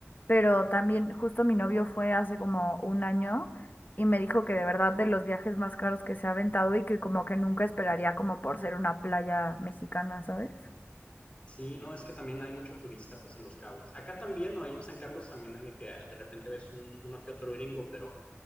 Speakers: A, on the left; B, on the left.
A: pero también justo mi novio fue hace como un año y me dijo que de verdad de los viajes más caros que se ha aventado y que como que nunca esperaría como por ser una playa mexicana, ¿sabes?
B: Sí, no, es que también hay mucho turista pues en Los Cabos. Acá también, ¿no? Ahí en San Carlos también es de que de repente ves un, uno que otro gringo, pero